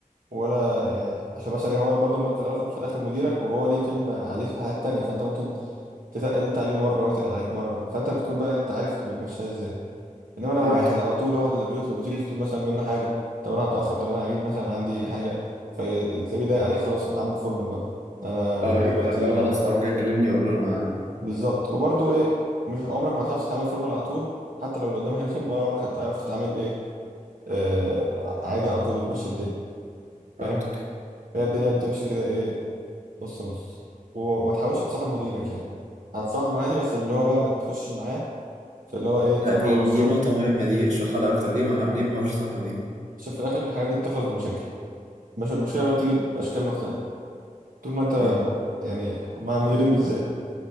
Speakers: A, on the right; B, on the right.
A: ولا يعني عشان مثلا هو برضو في الاول في الاخر مديرك وهو ليه كلمه عليه في حاجات تانية فانت ممكن تتقل انت عليه مره وهو يتقل عليك مره فانت بتكون بقى انت عارف بتمشيها ازاي انما لو
B: فهمتك
A: واحد على طول هو اللي بيطلب وتيجي تطلب مثلا منه حاجه طب انا هتاخر طب انا هجيب مثلا عندي حاجه فتلاقيه ضايق عليك خلاص عامله فورمال بقى انا
B: اه
A: دلوقتي
B: يبقى لو
A: انا
B: خلاص لو جاي كلمني اقول له ما
A: بالظبط وبرضو ايه مش عمرك ما هتعرف تتعامل فورمال على طول حتى لو اللي قدامك رخم ولا عمرك هتعرف تتعامل ايه آه عادي على طول وتمشي الدنيا
B: فهمت
A: فاهم هي الدنيا بتمشي كده ايه نص نص و- وما تحاولش تصاحب مديرك يعني هتصاحبه عادي بس اللي هو بقى ما تخشش معاه في اللي هو ايه تقابله
B: لا دي
A: بره الشغل
B: دي نقطة مهمة دي اشرحها لي أكتر ليه ما ح- ليه ما حاولش صاحبه دي
A: عشان في الاخر الحاجات دي بتخلص بمشاكل مش المشكله بقى بتيجي باشكال مختلفه طول ما انت
B: مم.
A: يعني مع المديرين بالذات